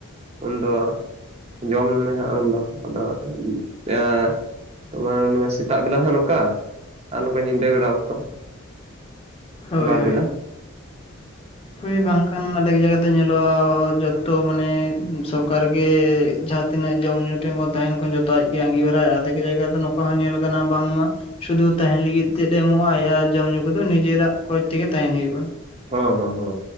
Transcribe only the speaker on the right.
ᱩᱱᱫᱚ᱾ ᱡᱚᱢ ᱢᱮ ᱦᱟᱸᱜ ᱩᱱᱫᱚ᱾ ᱟᱫᱚ <unintelligible> ᱛᱚᱢᱟᱨ ᱱᱚᱣᱟ ᱥᱮᱛᱟᱜ ᱵᱮᱞᱟ ᱦᱟᱸᱜ ᱱᱚᱝᱠᱟ ᱟᱨ ᱱᱚᱝᱠᱟ ᱧᱤᱫᱟᱹ ᱵᱮᱲᱟ ᱚᱠᱛᱚ᱾
ᱵᱟᱨ
<inaudible>
ᱦᱚ ᱦᱚ ᱦᱚ